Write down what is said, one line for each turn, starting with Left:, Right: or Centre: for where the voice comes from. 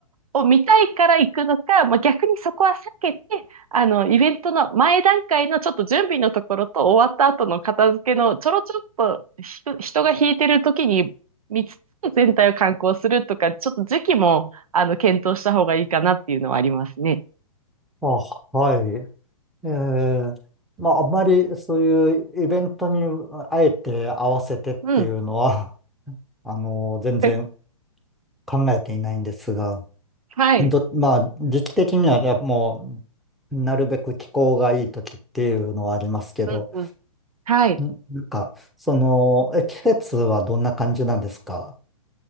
Right: を見たいから行くのか、まあ、逆にそこは避けて、あの、イベントの前段階のちょっと準備のところと終わった後の片付けのちょろちょろっと人、人が引いてる時に見つつ全体を観光するとか、ちょっと時期も、あの、検討した方がいいかなっていうのはありますね。
Centre: あ、はい。えー、まあ、あんまりそういうイベントにあえて合わせてっていうのは、
Right: うん。
Centre: <laughs> あの、全然
Right: え
Centre: 考えていないんですが、
Right: はい。
Centre: ど、まあ、時期的にはやっぱもう、なるべく気候がいい時っていうのはありますけど、
Right: うんうん。はい。
Centre: んなんか、その、え、季節はどんな感じなんですか